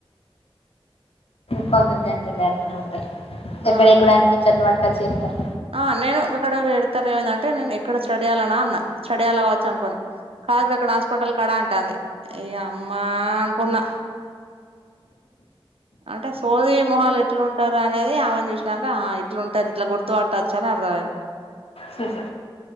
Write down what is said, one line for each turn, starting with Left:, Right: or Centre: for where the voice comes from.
Left: కొందరు గంటలు లేరుతనే ఉంటారు ఎక్కడ
Right: ఆ
Left: ఎక్కడ అంటలో చెట్లలు పటుకా చేస్తారు
Right: ఆ నేను ఇక్కడరు ఎడతారు ఏమైందంటే నేను ఎక్కడ స్టడీ అలనా అన్నా స్టడీ అల కావచ్చు అనుకోని కాజగా అక్కడ హాస్పిటల్ కడా అంటుంది ఏయ అమ్మా అనుకున్నా అంటే సోదీ మొహల్ ఎట్లు ఉంటారు అనేది ఆమెను చూసినాక ఆ ఇట్లు ఉంటారు ఇట్లా గుర్తుపట్టారుచ్చ వాయును
Left: స స